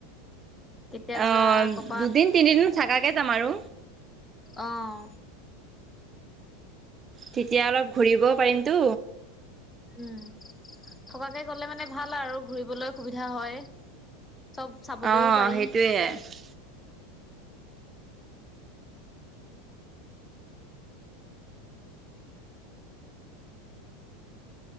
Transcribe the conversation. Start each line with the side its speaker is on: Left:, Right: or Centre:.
Left: কেতিয়া
Right: অ',
Left: যোৱা কবা
Right: দুদিন তিনিদিন থাকাকৈ যাম আৰু।
Left: অহ।
Right: তেতিয়া অলপ ঘূৰিবও পাৰিমতো।
Left: উম, থকাকে গ'লে মানে ভাল আৰু ঘুৰিবলৈ সুবিধা হয়। চব চাবলৈও
Right: অ
Left: পাৰি।
Right: <unintelligible>